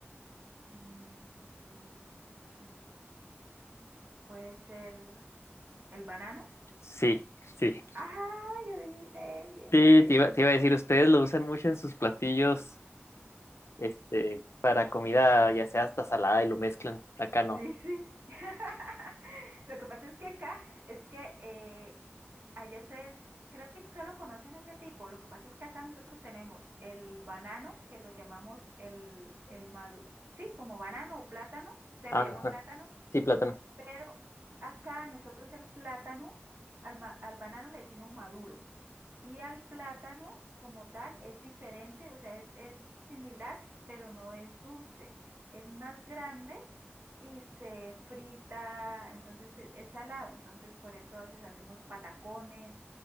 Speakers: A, on the right (about 50°); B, on the left (about 75°).
A: Mm, puede ser el banano.
B: Sí, sí.
A: ¡Ah! Yo adiviné. Bien,
B: Sí,
A: bien,
B: te iba, te iba a decir, ustedes lo usan mucho en sus platillos, este, para comida, ya sea hasta salada y lo mezclan. Acá no.
A: Sí, sí. <laughs> Lo que pasa es que acá es que eh, allá se creo que solo conocen ese tipo. Lo que pasa es que acá nosotros tenemos el banano, que lo llamamos el, el maduro, sí, como banano o plátano, se
B: Ah,
A: lo llaman
B: ajá.
A: plátano,
B: Sí, plátano.
A: pero acá nosotros el plátano, al, ma- al banano le decimos maduro. Y al plátano como tal es diferente, o sea, es, es similar, pero no es dulce. Es más grande y se frita, entonces e- es salado. Entonces por eso a veces hacemos patacones,